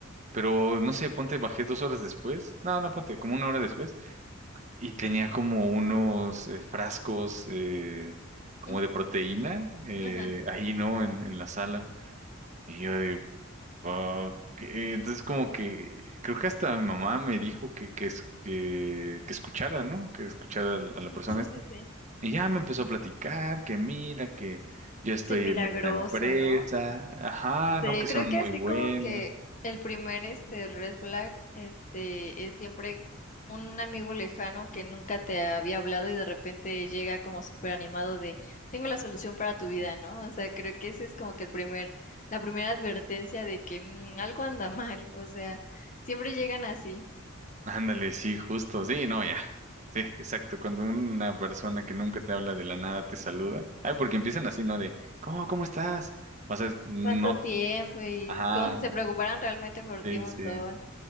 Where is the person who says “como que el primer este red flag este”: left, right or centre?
Left